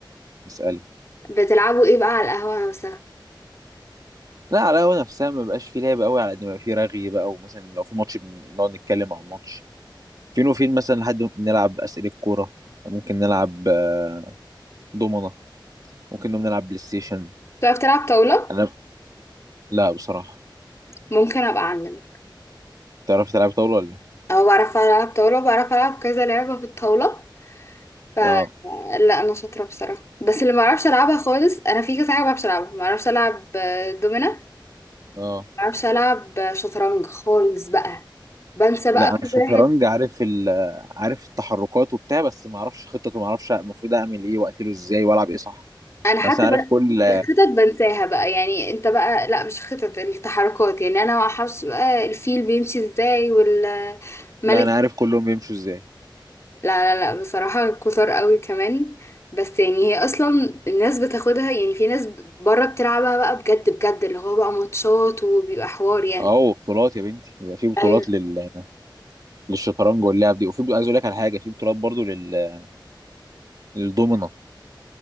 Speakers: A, on the right; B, on the left.
A: اسألي
B: بتلعبوا ايه بقى على القهوه مثلا
A: لا على القهوة نفسها ما بقاش في لعب قوي على قد ما بقى في رغي بقى ومثلا لو في ماتش بن- نقعد نتكلم على الماتش فين وفين مثلا لحد ما نلعب أسئلة كورة ممكن نلعب آه، دومنة ممكن نقوم نلعب بلاي ستيشن
B: بتعرف تلعب طاوله
A: أنا لا بصراحة
B: ممكن ابقى اعلم
A: تعرف تلعب طاولة ولا إيه؟
B: اه بعرف العب طاوله بعرف العب كذا لعبه في الطاوله ف
A: اه
B: لا انا شاطره بصراحه بس اللي ما اعرفش العبها خالص انا في كذا حاجه ما بعرفش العبها ما اعرفش العب آه، دومينه ما
A: اه
B: اعرفش العب آه، شطرنج خالص بقى بنسى
A: لا
B: بقى
A: أنا
B: كل
A: الشطرنج
B: واحد
A: عارف ال آه، عارف التحركات وبتاع بس ما أعرفش خطته ما أعرفش المفروض أعمل إيه وأقتله إزاي وألعب إيه صح
B: انا حتى
A: بس أنا
B: بقى
A: عارف كل
B: الخطط بنساها بقى يعني انت بقى لا مش خطط التحركات يعني انا ما اعرفش بقى الفيل بيمشي ازاي والملك
A: لا أنا عارف كلهم بيمشوا إزاي
B: لا لا لا بصراحة كتر قوي كمان بس يعني هي اصلا الناس بتاخدها يعني في ناس بره بتلعبها بقى بجد بجد اللي هو بقى ماتشات وبيبقى حوار يعني
A: أهو بطولات يا بنتي يبقى في بطولات
B: ايوه
A: لل للشطرنج واللعب دي وفي عايز اقول لك على حاجه في بطولات برضو لل... للدومنه